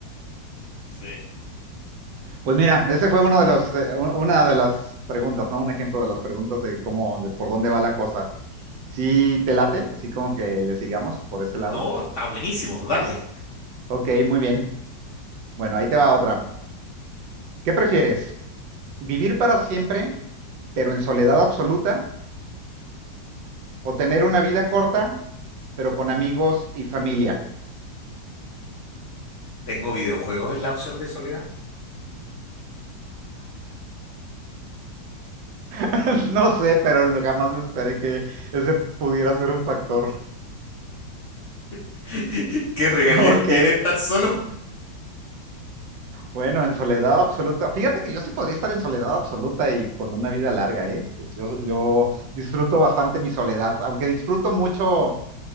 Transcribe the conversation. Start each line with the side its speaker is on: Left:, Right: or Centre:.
Left: Sí.
Right: Pues mira, ese fue uno de los, eh, un- una de las preguntas, ¿no? Un ejemplo de las preguntas de cómo, de por dónde va la cosa. Sí, te late, así como que le sigamos por ese
Left: No,
Right: lado.
Left: está buenísimo, dale.
Right: Ok, muy bien. Bueno, ahí te va otra. ¿Qué prefieres? ¿Vivir para siempre, pero en soledad absoluta? ¿O tener una vida corta, pero con amigos y familia?
Left: Tengo videojuegos en la opción de soledad.
Right: <laughs> No sé, pero jamás me esperé que ese pudiera ser un factor.
Left: <laughs> ¿Qué
Right: <laughs>
Left: regalías
Right: Ok,
Left: tiene estar solo?
Right: bueno, en soledad absoluta. Fíjate que yo sí podría estar en soledad absoluta y con una vida larga, ¿eh? Pues yo, yo disfruto bastante mi soledad, aunque disfruto mucho